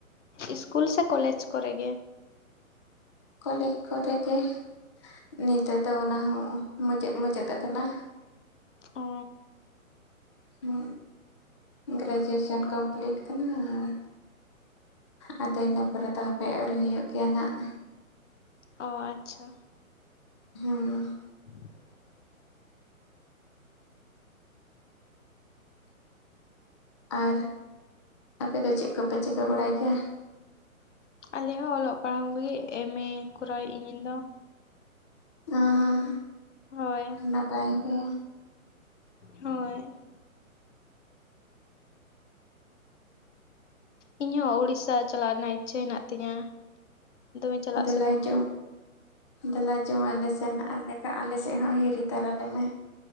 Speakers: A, on the left (about 55°); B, on the left (about 20°).
A: ᱤᱥᱠᱩᱞ ᱥᱮ ᱠᱚᱞᱮᱡᱽ ᱠᱚᱨᱮ ᱜᱮ
B: ᱠᱚᱞᱮᱡᱽ ᱠᱚᱨᱮᱜ ᱜᱮ ᱱᱤᱛᱚᱜ ᱫᱚ ᱚᱱᱟ ᱦᱚᱸ ᱢᱩᱪᱟᱹᱫ ᱢᱩᱪᱟᱹᱫ ᱟᱠᱟᱱᱟ
A: ᱚ
B: ᱦᱩ ᱜᱮᱨᱮᱡᱩᱭᱮᱥᱚᱱ ᱠᱚᱢᱯᱞᱤᱴ ᱠᱟᱱᱟ ᱟᱨ ᱟᱫᱚ
A: ᱦᱩᱸ
B: ᱤᱱᱟᱹ ᱯᱚᱨᱮ ᱫᱚ ᱦᱟᱯᱮ ᱟᱹᱣᱨᱤ ᱦᱩᱭᱩᱜ ᱜᱮᱭᱟ ᱱᱷᱟᱜ
A: ᱚ ᱟᱪᱪᱷᱟ
B: ᱦᱩᱸ
A: <inaudible>
B: ᱟᱨ ᱟᱯᱮᱫᱚ ᱪᱮᱫ ᱠᱚᱯᱮ ᱪᱤᱠᱟᱹ ᱵᱟᱲᱟᱭ ᱜᱮᱭᱟ
A: ᱟᱞᱮ ᱦᱚᱸ ᱚᱞᱚᱜ ᱯᱟᱲᱦᱟᱣ ᱞᱟᱹᱜᱤᱫ ᱮᱢᱮ ᱠᱚᱨᱟᱣᱮᱫᱤᱧ ᱤᱧ ᱫᱚ
B: ᱦᱩᱸ ᱦᱩᱸ
A: ᱦᱳᱭ
B: ᱱᱟᱯᱟᱭ ᱜᱮ
A: ᱦᱳᱭ ᱤᱧ ᱦᱚᱸ ᱩᱲᱤᱥᱥᱟ ᱪᱟᱞᱟᱜ ᱨᱮᱱᱟᱜ ᱤᱪᱪᱷᱟᱹ ᱦᱮᱱᱟᱜ ᱛᱤᱧᱟᱹ ᱫᱚᱢᱮ ᱪᱟᱞᱟᱜ
B: ᱫᱮᱞᱟ
A: ᱥᱟᱱᱟᱧᱟ
B: ᱦᱟᱡᱩᱜ ᱢᱮ ᱫᱮᱞᱟ ᱦᱤᱡᱩᱜ ᱢᱮ ᱟᱞᱮ ᱥᱮᱱ ᱦᱟᱸᱜ ᱮᱸᱰᱮᱠᱠᱷᱟᱱ ᱟᱞᱮ ᱥᱮᱫ ᱦᱚᱸ ᱦᱤᱨᱤ ᱛᱟᱨᱟ ᱞᱮᱢᱮ